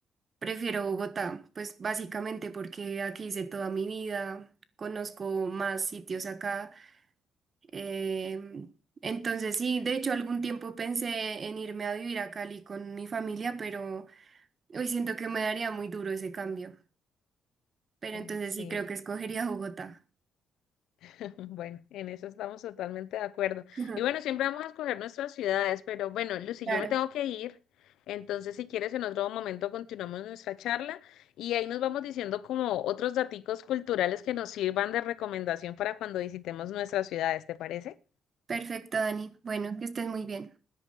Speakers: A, on the right; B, on the left.
A: prefiero Bogotá, pues básicamente porque aquí hice toda mi vida, conozco más sitios acá. Em, entonces sí, de hecho algún tiempo pensé en irme a vivir a Cali con mi familia, pero hoy siento que me daría muy duro ese cambio. Pero
B: Eh,
A: entonces
B: sí.
A: sí creo que escogería Bogotá.
B: <laughs> Bueno, en eso estamos totalmente de acuerdo.
A: <laughs>
B: Y bueno, siempre vamos a escoger nuestras ciudades, pero bueno, Lucy,
A: Claro.
B: yo me tengo que ir. Entonces, si quieres, en otro momento continuamos nuestra charla y ahí nos vamos diciendo como otros daticos culturales que nos sirvan de recomendación para cuando visitemos nuestras ciudades, ¿te parece?
A: Perfecto, Dani. Bueno, que estés muy bien.